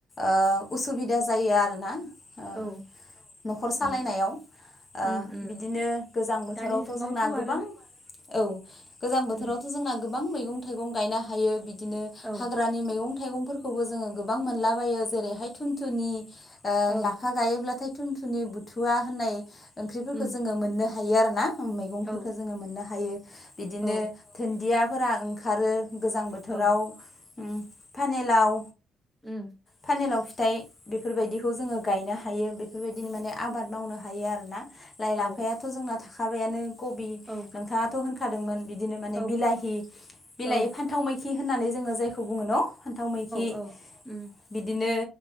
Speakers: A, on the left; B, in the centre.
A: ओ उसुबिदा जायो आरोना ओ
B: औ
A: न'खर सालायनायाव
B: उम
A: ओ
B: उम उम
A: बिदिनो गोजां बोथोरावथ'
B: दानि जुगावथ'
A: जोंना गोबां
B: आरो
A: औ गोजां बोथोरावथ'
B: उम
A: जोंना गोबां मैगं-थाइगं गायनो हायो बिदिनो
B: औ
A: रानि मैगं-थाइगंफोरखौबो जोङो गोबां मोनलाबायो जेरैहाय थुन थुनि ओ
B: औ
A: लाफा गायोब्लाथाय थुन-थुनि बुथुवा होननाय ओंख्रिफोरखौ
B: उम
A: जोङो मोननो हायो आरो ना। ओं मैगंफोरखौ
B: औ
A: जोङो मोननो हायो बिदिनो
B: औ
A: धोन्दियाफोरा ओंखारो गोजां बोथोराव
B: औ
A: उम फानेलाव
B: उम
A: फानेलाव फिथाइ बेफोरबायदिखौ जोङो गायनो हायो बेफोरबायदिनो माने आबाद मावनो हायो आरोना। लाइ-लाफायाथ'
B: औ
A: जोंना थाखाबायानो कबि
B: औ
A: नोंथाङाथ' होनखादोंमोन बिदिनो माने
B: औ
A: बिलाहि बिलाहि
B: औ
A: फान थाव मैखि होननानै जोङो जायखौ बुङो न' फान्थाव मैखि
B: औ उम
A: बिदिनो